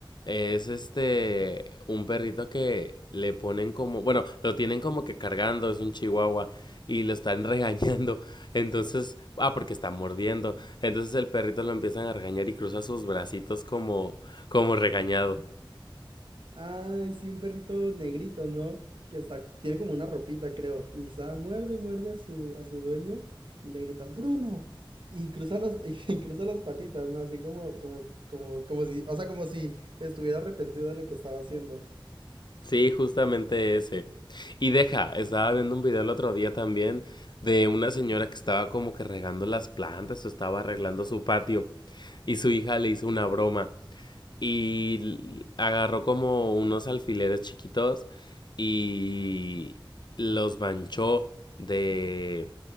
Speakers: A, on the left; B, on the right.
A: es este, un perrito que le ponen como, bueno, lo tienen como que cargando, es un chihuahua, y lo están <laughs> regañando, entonces, ah, porque está mordiendo. Entonces el perrito lo empiezan a regañar y cruza sus bracitos como, como regañado.
B: Ay, sí, un perrito negrito, ¿no? Que hasta tiene como una ropita, creo. Y está, muerde y muerde a su, a su dueño y le gritan, ¡Bruno! Y cruza los, <laughs> y cruza las patitas, ¿no? Así como, como, como, como si, o sea, como si estuviera arrepentido de lo que estaba haciendo.
A: Sí, justamente ese. Y deja, estaba viendo un video el otro día también de una señora que estaba como que regando las plantas o estaba arreglando su patio y su hija le hizo una broma y l- agarró como unos alfileres chiquitos y los manchó de,